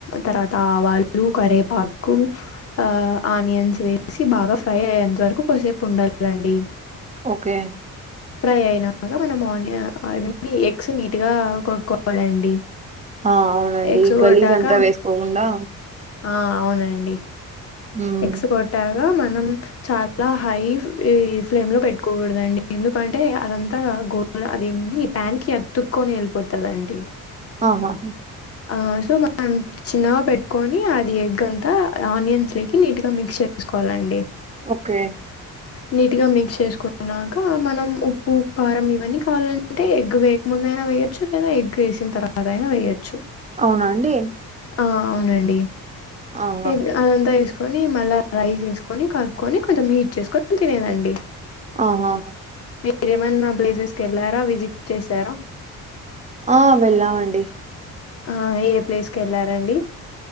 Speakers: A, on the left; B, on the right.
A: తర్వాత ఆవాలు కరేపాకు ఆ ఆనియన్స్ వేసి బాగా ఫ్రై అయ్యేంత వరకు కొంసేపు ఉండాలండి
B: ఓకే
A: ఫ్రై అయినాక మనం ఆనియ ఎగ్స్ నీట్ గా కొట్టుకోవాలండి
B: ఆ అవునండి
A: ఎగ్స్ కొట్టాక
B: గలీజ్ అంతా వేసుకోకుండా
A: ఆ అవునండి
B: మ్మ్
A: ఎగ్స్ కొట్టాగా మనం చాలా హై ఫ్రేమ్ లో పెట్టుకోకూడదండి ఎందుకంటే అదంతా గోల్ ఏంది ప్యాన్ కి అతుక్కొని యెళ్ళిపోతదండి
B: ఆహాహా
A: ఆ సో మనం చిన్నగా పెట్టుకొని అది ఎగ్ అంతా ఆనియన్స్ లేక్ నీట్గా మిక్స్ చేసుకోవాలండి
B: ఓకే
A: నీట్గా మిక్స్ చేసుకున్నాక మనం ఉప్పు కారం ఇవన్నీ కావాలంటే ఎగ్ వేయకముందే లేదా వేయొచ్చు లేదా ఎగ్ యేసిన తర్వాత అదైనా వేయొచ్చు
B: అవునా అండి
A: ఆ అవునండి
B: ఆహా
A: ఏం అదంతా యేస్ కొని మళ్ళా రైస్ యేసుకొని కలుపుకొని కొంచెం హీట్ చేసుకొని తినేదండి
B: ఆహా
A: మీరేమైన్నా ప్లేసెస్కి ఎళ్ళారా విజిట్ చేసారా
B: ఆ వెళ్ళామండి
A: ఆ ఏ ప్లేస్కి వెళ్లారండి